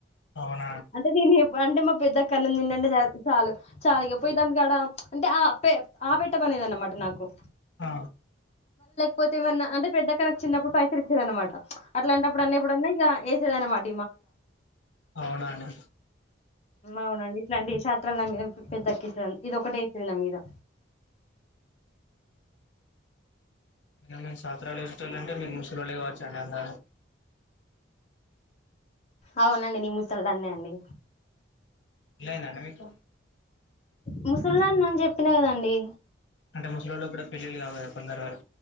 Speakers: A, on the left (about 75°); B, on the left (about 35°).
A: అవును
B: అంటే దీన్ని అంటే మా పెద్దక్కడన తంంటే చ చాలు చాలుా ఇకపోయ దానికికాడ అంటే ఆ పె ఆ పెట్టమనేది అన్నమాట నాకు
A: ఆ
B: పోతే ఏమన్నా అంటే పెద్ద కనకు చిన్నప్పుడు పైసలు ఇచ్చేద అనమాట అట్లాంటప్పుడు అన్నప్పుడున్నా ఇక వేద అనమాట
A: అవునను
B: అవునండి ఇట్లాంటి షాత్రాల నా మీద పెద్దక్కేస్తుంది ఇదిొ ఒకటే వేసేంది నా మీద
A: మీము సత్రలు వాలంటే మీరు ముసలిళ్ళు కావచ్చ అండి అంద
B: అవునండి నీ ముసల దాన్నే అండి
A: ఇలయిందండి మీకు
B: ముసల్మాాన్ నన్ను చెప్పిన కదాండి
A: అంట ముస్లా లో కూడా పెళ్ళ కా కా కొందరు వారు